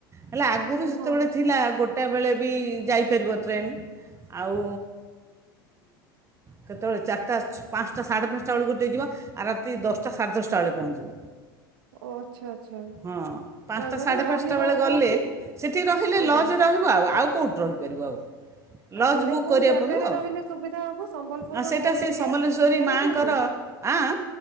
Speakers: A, on the right; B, on the right.
A: ହେଲେ ଆଗରୁ
B: ଓହୋ
A: ଯେତେବେଳେ ଥିଲା ଗୋ ଗୋଟାବେଳେ ବି ଯାଇପାରିବ ଟ୍ରେନ୍। ଆଉ କେତେବେଳେ ଚାରିଟା ପାଞ୍ଚଟା ସାଢ଼େ ପାଞ୍ଚଟା ବେଳେ ଗୋଟ ଦେଇଯିବ ଆଉ ରାତି ଦଶଟା ସାଢ଼େ ଦଶଟା ବେଳେ ପହଞ୍ଚିବ।
B: ଓ ଆଚ୍ଛା ଆଚ୍ଛା
A: ହ ପାଞ୍ଚାଢେ
B: ତାପରେ ରହିବ
A: ପାଞ୍ଚା ବେଳେ ଗଲେ
B: କୋଉଠି
A: ସେଠି ରହିଲେ
B: ଆଜ୍ଞା
A: ଲଜରେ ଆଉ ଆଉ କୋଉଠି ରହିପାରିବ ଆଉ। ଲଜ୍
B: ଆଜ୍ଞା ନାଇଁ
A: ବୁକ୍
B: କୋଉ
A: କରିବାକୁ
B: ଜାଗାରେ
A: ପଡ଼ିବ ଆଉ
B: ରହିଲେ ସୁବିଧା ହବ ସମ୍ବଲପୁରର
A: ଆଉ ସେଇଟା
B: କୋଉ
A: ସେ
B: ଏରିଆ?
A: ସମଲେଶ୍ୱରୀ
B: ଜାଣିଚନ୍ତି?
A: ମାଆଙ୍କର ଆଁ